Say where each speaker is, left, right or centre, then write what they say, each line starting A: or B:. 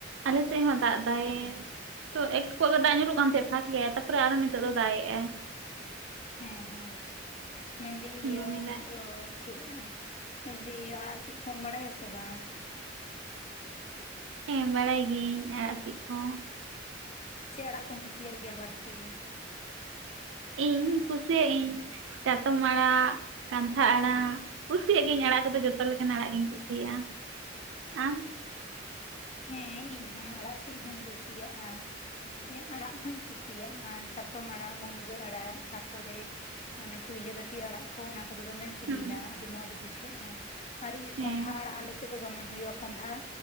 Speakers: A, on the right; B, on the left.
A: ᱟᱞᱮ ᱥᱮᱫ ᱦᱚᱸ ᱫᱟᱜ ᱫᱟᱭ ᱛᱚ ᱮᱠᱴᱩᱚᱡ ᱜᱮ ᱫᱟᱜ ᱧᱩᱨᱩᱜ ᱠᱟᱱ ᱛᱟᱦᱮᱸᱫ ᱯᱷᱟᱠ ᱞᱮᱟᱭ ᱛᱟᱨᱯᱚᱨᱮ ᱟᱨᱦᱚ ᱱᱤᱛᱚᱜ ᱫᱚ ᱫᱟᱜ ᱮᱜᱼᱟᱭ
B: ᱦᱮᱸ ᱦᱮᱸ ᱢᱮᱱᱫᱟᱹᱧ ᱤᱭᱟᱹ
A: ᱫᱚᱢᱮᱫᱟᱭ
B: ᱳ ᱪᱮᱫ ᱡᱮᱤᱭᱟᱹ ᱟᱲᱟᱜ ᱥᱤᱫ ᱠᱚᱢ ᱵᱟᱲᱟᱭᱟ ᱥᱮ ᱵᱟᱝ
A: ᱦᱮᱸ ᱵᱟᱲᱟᱭ ᱜᱤᱭᱟᱹᱧ ᱟᱲᱟᱜ ᱥᱤᱫ ᱠᱚ
B: ᱪᱮᱫ ᱟᱲᱟᱜ ᱠᱚᱢ ᱠᱩᱥᱤᱭᱟᱜ ᱜᱮᱭᱟ ᱵᱟᱹᱲᱛᱤ
A: ᱤᱧ ᱠᱩᱥᱤᱭᱟᱜ ᱤᱧ ᱪᱟᱛᱚᱢ ᱟᱲᱟᱜ ᱠᱟᱱᱛᱷᱟ ᱟᱲᱟᱜ ᱠᱩᱥᱤᱭᱟᱜ ᱜᱤᱭᱟᱹᱧ ᱟᱲᱟᱜ ᱠᱚᱫᱚ ᱡᱚᱛᱚ ᱞᱮᱠᱟᱱ ᱟᱲᱟᱜ ᱜᱤᱧ ᱠᱩᱥᱤᱭᱟᱜᱼᱟ ᱟᱢ
B: ᱦᱮᱸ ᱤᱧ ᱦᱚᱸ ᱟᱲᱟᱜ ᱥᱤᱫ ᱦᱚᱧ ᱠᱩᱥᱤᱭᱟᱜᱼᱟ ᱛᱟᱨᱯᱚᱨᱮ ᱟᱲᱟᱜ ᱦᱚᱧ ᱠᱩᱥᱤᱭᱟᱜᱼᱟ ᱪᱟᱛᱚᱢ ᱟᱲᱟᱜ ᱢᱩᱱᱜᱟᱹ ᱟᱲᱟᱜ ᱛᱟᱨᱯᱚᱨᱮ ᱢᱟᱱᱮ ᱯᱩᱭᱞᱟᱹ ᱠᱟᱹᱴᱤᱡ ᱟᱲᱟᱜ ᱠᱚ ᱚᱱᱟ ᱠᱚᱫᱚ ᱫᱚᱢᱮ ᱥᱤᱵᱤᱞᱟ
A: ᱦᱩᱸ,
B: ᱟᱹᱰᱤ ᱢᱚᱸᱡᱽ ᱵᱩᱡᱷᱟᱹᱜᱼᱟ ᱟᱨ
A: ᱦᱮᱸ
B: ᱠᱚᱸᱰᱷᱟ ᱟᱲᱟᱜ ᱟᱞᱮ ᱥᱮᱫ ᱥᱮᱫ ᱨᱮ ᱫᱚᱢᱮ ᱦᱩᱭᱩᱜᱼᱟ ᱠᱚᱸᱰᱷᱟᱟ